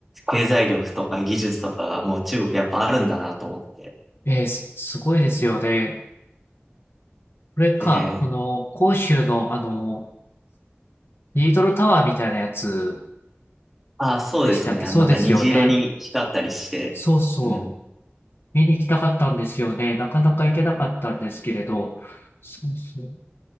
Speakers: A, in the centre; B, on the left.
A: 経済力とか技術とかがもう中国やっぱあるんだなと思って。
B: ええ、すすごいですよね。これか、
A: で、
B: この、広州の、あの、リートルタワーみたいなやつ
A: ああ、そうですね。
B: でしたっけそうですよね。
A: あのなんか虹色に光ったりして、
B: そうそう。
A: うん。
B: 見に行きたかったんですよね。なかなか行けなかったんですけれど。そうそう。